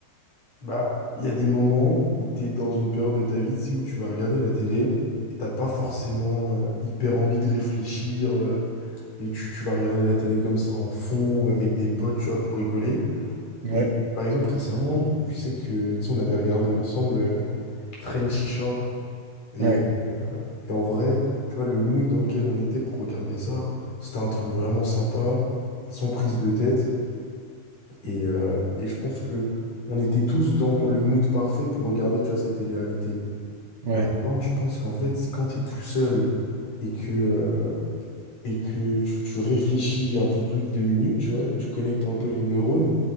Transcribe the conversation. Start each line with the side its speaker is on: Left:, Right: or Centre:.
Left: bah, il y a des moments où tu es dans une période de ta vie, tu sais, où tu vas regarder la télé et t'as pas forcément euh, hyper envie de réfléchir euh, et tu, tu vas regarder la télé comme ça en fond ou avec des potes, tu vois, pour rigoler.
Right: Ouais,
Left: Et par exemple, récemment, je sais que, tu sais, on avait regardé ensemble euh, Frenchy Shore et
Right: ouais,
Left: euh, Et en vrai, tu vois, le mood dans lequel on était pour regarder ça, c'était un truc vraiment sympa, sans prise de tête. Et, euh, et je pense que on était tous dans le mood parfait pour regarder, tu vois, cette télé-réalité.
Right: ouais,
Left: Maintenant, je pense qu'en fait, quand t'es tout seul et que, euh, et que tu, tu réfléchis un peu plus de deux minutes, tu vois, et que tu connectes un peu les neurones,